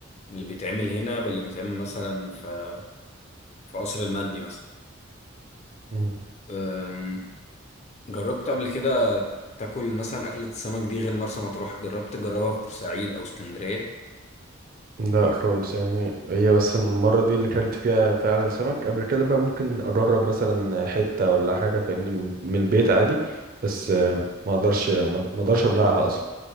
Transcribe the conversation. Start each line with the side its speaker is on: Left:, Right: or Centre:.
Left: اللي بيتعمل هنا باللي بيتعمل مثلا في في قصر المندي مثلا
Right: مم.
Left: فاهم جربت قبل كده تاكل مثلا أكلة السمك دي غير مرسى مطروح جربت تجربها في بورسعيد أو اسكندرية
Right: لا خالص يعني هي بس المرة دي اللي كلت فيها فعلا سمك قبل كده بقى ممكن أجرب مثلا حتة ولا حاجة فاهمني من من البيت عادي بس آه، ما أقدرش ما ما أقدرش أبلعها أصلا